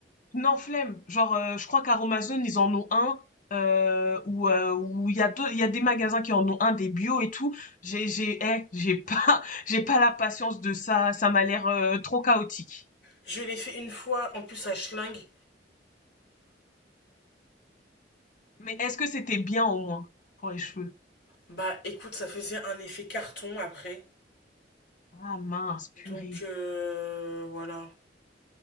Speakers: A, on the left; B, on the left.
A: Non, flemme. Genre, euh, je crois qu'à Romazone, ils en ont un. Euh, où euh, où il y a deux, il y a des magasins qui en ont un, des bio et tout. J'ai, j'ai, eh, j'ai pas, <laughs> j'ai pas la patience de ça. Ça m'a l'air euh, trop chaotique.
B: Je l'ai fait une fois, en plus, à Schling.
A: Mais est-ce que c'était bien au moins pour les cheveux?
B: Bah, écoute, ça faisait un effet carton après.
A: Ah mince,
B: Donc,
A: purée.
B: euh, voilà.